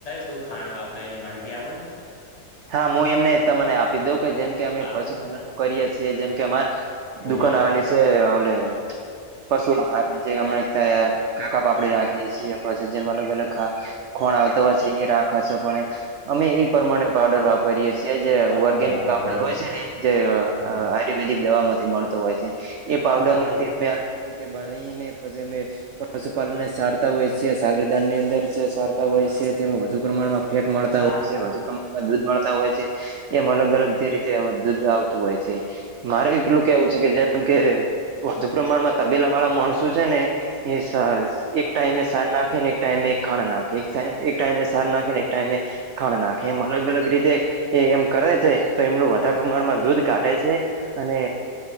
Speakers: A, on the left; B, on the right.
A: ક ખાંણ વાપરો એની માહિતી આપો ને
B: હા હું એમને તમને આપી દઉં કે જેમ કે અમે
A: આલોન
B: પશુપાલન કરીએ છીએ જેમ કે અમા દુકાન
A: હોવે
B: આવેલી છે ઓલે પશુ આહાર જે હમ ત્યાં કાકા પાપડી રાખીએ છીએ પછી જે મ પે ખોણ આવતો પછ એ રાખે છે પણ અમે એ પ્રમાણે પાવડર ઓર્ગેનિક
A: પાવડર વાપર
B: પાવડર
A: બરોબર
B: હોય છે.
A: હોવે
B: દવાથી મળતો હોય છે એ પડર
A: વાત હાચી
B: માંથીમે ભને પછી અ પશુપાલન ને સારતા હોય છે સાગર દાન ની અંદર છે સારતા હોય છે. તેમાં વધુ પ્રમાણમાં ફેટ મળતા
A: સાર
B: હોય છે વધુ પ્રમાણ એ દૂધ મળતા હોય છે એમ અલગ અલગ જે રીતે દૂધ આવતું હોય છે. મારે એટલું કેવું છે કે જેમ કે વધુ પ્રમાણમાં તબેલા વાળા માણસો છે ને એ સર એક ટાઈમ શારનાખને એક ટાઈમ ખાણના એક એક ટાઈમે શારનાખને એક ટાઈમ ખાણનાક એમ અલગ અલગ રીતે એ એમ કરે છે તો એમનું વધારે પ્રમાણમાં દૂધ કાઢટે છે. અને